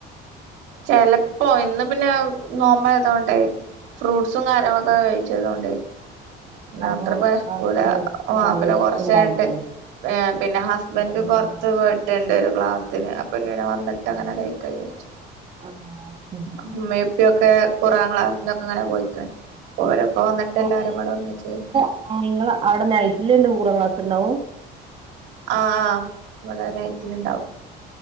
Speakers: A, on the right; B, on the right.
A: ചെലപ്പോ ഇന്ന് പിന്നെ നോമ്പായതോണ്ടെയ് ഫ്രൂട്ട്സും കാര്യങ്ങളൊക്കെ
B: ആഹ് ആഹ്
A: കഴിച്ചതോണ്ടേ ന്നാ
B: അപ്പൊ
A: അത്ര കൊയ്ക്കൂല
B: ആഹ് ആഹ്
A: പിന്നെ
B: വിശപ്പുണ്ടാവൂലല്ലേ
A: കൊർചൈഞ്ഞിട്ട് ഏഹ് പിന്നെ ഹസ്ബന്റ്
B: ആഹ്
A: പൊർത്ത്
B: ആഹ്
A: പോയി രണ്ട് പേര് ക്ലാസ്സിന് അപ്പൊ പിന്നീനെ വന്നിട്ട് അങ്ങനെ കൈക്കാചാരിച്ചു
B: ആഹ് ശരി
A: ഉമ്മേപ്പിയൊക്കെ കുറാൻ ക്ലാസിനൊക്കെ ഇങ്ങനെ പോയിക്കാണ് ഓരൊക്കെ വന്നിട്ട്
B: ആഹ്
A: എല്ലാരുംബാടെ ഒന്നിച് കഴി
B: ഏഹ് നിങ്ങളെ അവിടെ നൈറ്റില് ണ്ട് കുറാം ക്ലാസ്ണ്ടാവും?
A: ആഹ് ആഹ് ഇവിടെ നൈറ്റില് ഇണ്ടാവും